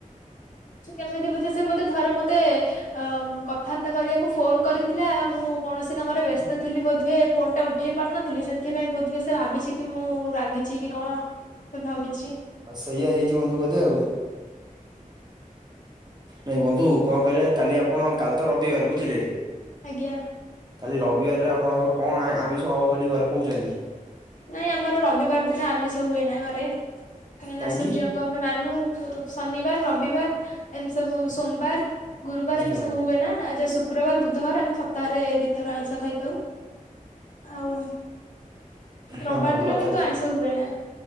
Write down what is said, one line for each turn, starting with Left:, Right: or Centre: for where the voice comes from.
Left: କେମିତି ବୋଧେ ସେ ବୋଧେ, ଥରେ ମତେ ଁ କଥାବାର୍ତ୍ତା କରିବାକୁ ଫୋନ କରି ଥିଲା, ମୁଁ କୌଣସି କାମରେ ବ୍ୟସ୍ତ ଥିଲି ବୋଧହୁଏ ଫୋନଟା ଉଠେଇ ପାରିନଥିଲି, ସେଥିପାଇଁ ବୋଧହୁଏ ସେ ଭାବିଛି କି ମୁଁ ରାଗିଛି କି କଣ? ସେ ଭାବିଛି।
Right: ହଁ ସେଇଆ ହେଇଛି, ବନ୍ଧୁ ବୋଧେ ଆଉ। ନାଇଁ ବନ୍ଧୁ, କଣ କହିଲେ କାଲି ଆପଣ କାଲି ତ ରବିବାର ବୁଝିଲେ।
Left: ଆଜ୍ଞା।
Right: କାଲି ରବିବାରରେ ଆପଣଙ୍କର କଣ ଆ ଆମିଷ ହବ ବୋଲି ଘରେ କହୁଛନ୍ତି।
Left: ନାଇଁ ଆମର ରବିବାର ଦିନ ଆମିଷ ହୁଏନା ଘରେ କାହିଁକିନା
Right: କାହିଁକି
Left: ସୂର୍ଯ୍ୟ ଆମେ ମାନୁ ଶନିବାର ରବିବାର ଏମିତି ସବୁ ସୋମବାର। ଗୁରୁବାର
Right: ଆଜ୍ଞା।
Left: ଏମିତି ସବୁ ହୁଏ ନା ଏ ଯୋଉ ଶୁକ୍ରବାର ବୁଧବାର ଆମେ ସପ୍ତାହରେ ଦିଇଥର ଆଇଁଷ ଖାଇଥାଉ। ଆଉ। ରବିବାର
Right: ନା ଭଲ
Left: ଦିନ
Right: ତାହେଲେ।
Left: କିନ୍ତୁ ଆଇଁଷ ହୁଏନା।